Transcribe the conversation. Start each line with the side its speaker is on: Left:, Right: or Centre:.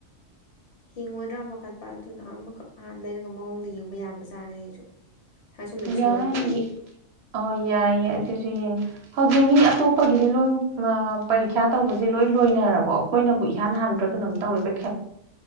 Left: ꯍꯤꯡꯉꯣꯏꯗ꯭ꯔꯥ ꯃꯈꯈꯠꯄ ꯑꯗꯨꯅ ꯑꯃꯈꯛ ꯍꯥꯟꯅ ꯂꯩꯔꯒ ꯃꯑꯣꯡꯗ ꯌꯦꯡꯕ ꯌꯥꯕꯖꯥꯠꯅ ꯑꯩꯁꯨ ꯁꯥꯁꯨꯝꯕꯗꯤ
Right: ꯌꯥꯏ
Left: ꯁꯔꯨꯛꯄꯨꯗꯤ
Right: ꯑꯣ ꯌꯥꯏ ꯌꯥꯏ ꯁꯤꯁꯦ ꯌꯦꯡꯉ ꯍꯧꯖꯤꯛ ꯃꯤ ꯑꯇꯣꯞꯄꯒꯤꯗꯤ ꯂꯣꯏ ꯄꯔꯤꯈ꯭ꯌꯥ ꯇꯧꯕꯁꯦ ꯂꯣꯏ ꯂꯣꯏꯅꯔꯕꯣ ꯑꯩꯈꯣꯏꯅꯕꯨ ꯏꯍꯥꯟ ꯍꯥꯟꯕ꯭ꯔ ꯀꯩꯅꯣꯝ ꯇꯧꯋꯦ ꯄꯩ